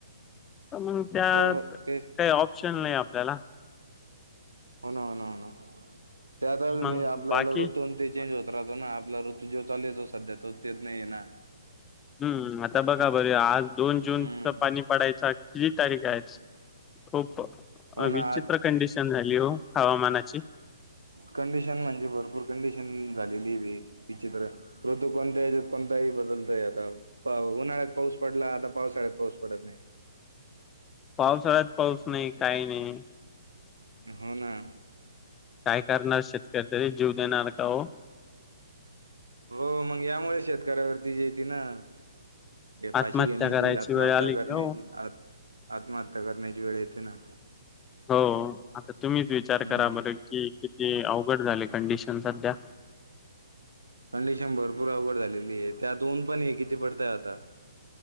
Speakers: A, on the left; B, on the right.
A: तर मग त्यात
B: हो हो
A: काही,
B: तेच
A: ऑप्शन नाही आपल्याला.
B: हो ना, हो ना, हो ना, त्यात आजुन
A: मग
B: हे आपल्याला
A: बाकी
B: ऋतू ते चेंज होत! ो ना आपला ऋतू जो चाल य तो सध्या तो येत नाहीे ना <unintelligible>
A: हम्म, आता बघा बर आज दोन
B: हम्म
A: जूनच पाणी पडायचं! किती तारीख आहे आज, खूप
B: हो ना
A: विचित्र कंडिशन झाली हो हवामानाची!
B: कंडशन म्हणजे भपूर कं <unintelligible> ि ऋतू कोणतच्यात कोण बदलतय आ <unintelligible> उन्हाळ्यात पाऊस पडला, आता पावसाळ्यात पाऊस पडत नाही.
A: पावसाळ्यात पाऊस नाही, काही नाही!
B: हो ना...
A: काय करणार शेतकरी तरी जीव देणार का हो
B: हो मग यामुळे शेतकऱ्यावरती जे येत ना हे
A: आत्महत्या
B: पाशी घेण्याची
A: करायची
B: आत्महत्या
A: वेळ आली की
B: करण्याची
A: हो
B: आत्महत्या करण्याची वेळ येते ना
A: हो आता तुम्हीच विचार
B: हम्म
A: करा बर कि किती उघड झाले कंडिशन सध्या
B: कंडिशन भरपूर अवघड झालेली आहे त्यात ऊन पण हे किती पडतय आता